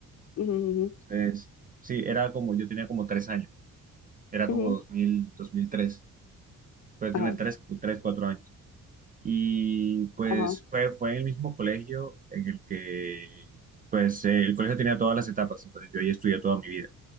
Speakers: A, on the left; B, on the right.
A: Ujú, ujú,
B: Entonces, sí, era como, yo tenía como tres años, era
A: ujú.
B: como 2000, 2003, puede tener
A: Ajá.
B: tres, tres, cuatro años. Y pues
A: Ajá,
B: fue, fue en el mismo colegio en el que, pues eh, el colegio tenía todas las etapas, entonces yo ahí estudié toda mi vida